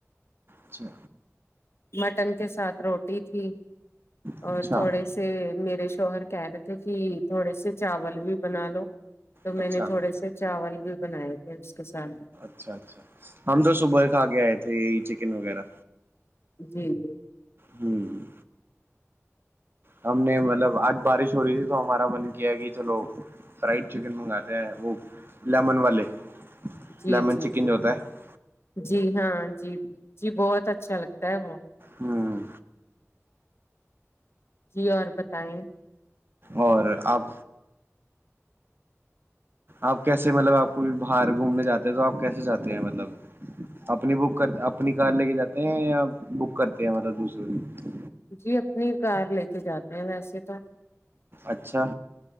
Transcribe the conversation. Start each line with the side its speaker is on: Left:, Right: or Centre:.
Right: اچھا
Left: مٹن کے ساتھ روٹی تھی
Right: اچھا
Left: اور تھوڑے سے میر شوہر کہہ دی تھ کہ تھوڑے سے چاول بھی بنا لو تو میں
Right: اچھا
Left: نے تھوڑے سے چاول بھی بنائے تھے اس کے ساتھ
Right: اچھا اچھا ہم تو صبح کھا کے آئے تھے یہ چکن وغیرہ
Left: جی جی
Right: ہوں ہم نے مطلب آج بارش ہو رہی تھی تو ہمارا من کیا کہ چلو فرائڈ چکن منگاتے ہیں وہ لیمن والے
Left: جی
Right: لیمن
Left: جی
Right: چکن
Left: جی
Right: جو ہوتا ہے
Left: جی ہاں جی جی بہت اچھا لگتا ہے وہ
Right: ہوں
Left: جی اور بتائیں
Right: اور آپ آپ کیسے مطلب آپ کو باہر گھومنے جاتے ہیں تو آپ کیسے جاتے ہیں مطلب اپنی بک کر اپنی کار لے کے جاتے ہیں یا بک کرتے ہیں مطلب دوسروں کی
Left: جی اپنی کار لے کے جاتے ہیں ویسے تو
Right: اچھا